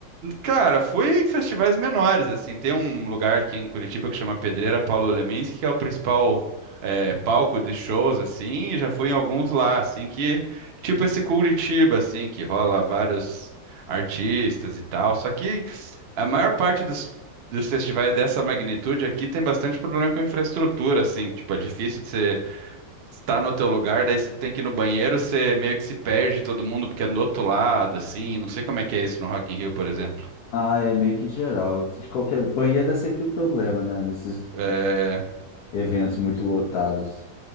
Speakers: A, on the right; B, on the left.
A: Cara, fui em festivais menores, assim. Tem um lugar aqui em Curitiba que chama Pedreira Paulo Leminski, que é o principal é, palco de shows, assim. e Já fui em alguns lá, assim, que... Tipo esse Curitiba, assim, que rola vários artistas e tal. Só que a maior parte dos... Dos festivais dessa magnitude aqui tem bastante problema com infraestrutura, assim, tipo, é difícil de ser está no teu lugar, daí você tem que ir no banheiro, você meio que se perde todo mundo porque é do outro lado, assim, não sei como é que é isso no Rock in Rio, por exemplo.
B: Ah, é meio que geral. De qualquer banheiro é sempre o problema, né? Nesses
A: É,
B: eventos muito lotados.